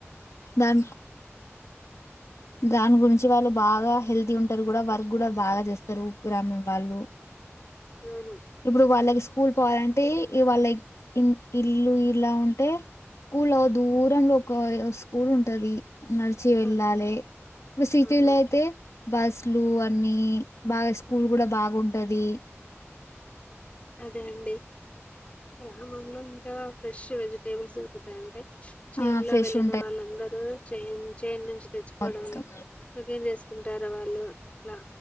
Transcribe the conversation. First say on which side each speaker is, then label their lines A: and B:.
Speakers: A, on the left; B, on the left.
A: దాని దాని గురించి వాళ్ళు బాగా హెల్తీ ఉంటారు కూడా వర్క్ కూడా బాగా చేస్తారు గ్రామం వాళ్ళు
B: అవును
A: ఇప్పుడు వాళ్ళకి స్కూల్ పోవాలంటే వాళ్ళ ఇల్లు ఇలా ఉంటే స్కూల్ దూరంలో ఒక స్కూల్ ఉంటది నడిచి
B: అవును,
A: వెళ్ళాలి ఇప్పుడు సిటీలో
B: అవును.
A: అయితే బస్లు అన్నీ బాగా స్కూల్ కూడా బాగుంటది
B: అదే అండి గ్రామంలో ఇంకా ఫ్రెష్ వెజిటేబుల్స్ దరుకుతాయంటే చేైన్
A: ఆ
B: లో
A: ఫ్రెష్
B: వెళ్ళిన
A: ఉంటాయి
B: వాళ్ళందరుూ చైన్ చైన్ నుంచి తెచ్చుకోవడం
A: మొత్తం
B: ఒకకేం చేసుకుంటారు వాళ్ళు ఇలా